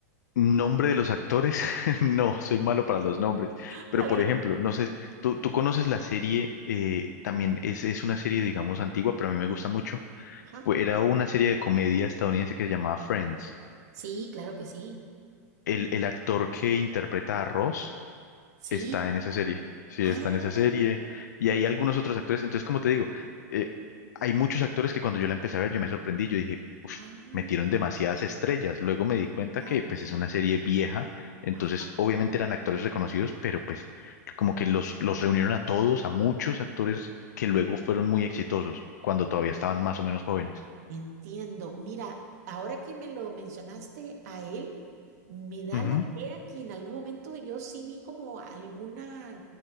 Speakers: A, on the left; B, on the right.
A: Nombre de los actores, <laughs> no, soy malo para los nombres.
B: Está
A: Pero
B: bien.
A: por ejemplo, no sé, si- tú, tú conoces la serie, eh, también es, es una serie, digamos, antigua, pero a mí me gusta mucho.
B: ajá
A: Fue, era una serie de comedia estadounidense que se llamaba Friends.
B: Sí, claro que sí.
A: El, el actor que interpreta a Ross
B: Sí.
A: está en esa serie. Sí,
B: Ah,
A: está en esa serie. Y hay algunos otros actores. Entonces, como te digo, eh, hay muchos actores que cuando yo la empecé a ver, yo me sorprendí. Yo dije, uff,
B: ah,
A: metieron demasiadas estrellas. Luego me di cuenta
B: claro.
A: que pues es una serie vieja. Entonces,
B: Ajá.
A: obviamente eran actores reconocidos, pero pues como que los, los reunieron a todos, a muchos actores que luego fueron muy exitosos cuando todavía estaban más o menos jóvenes.
B: Entiendo. Mira, ahora que me lo mencionaste a él, me da
A: Ujú,
B: la idea que en algún momento yo sí vi como alguna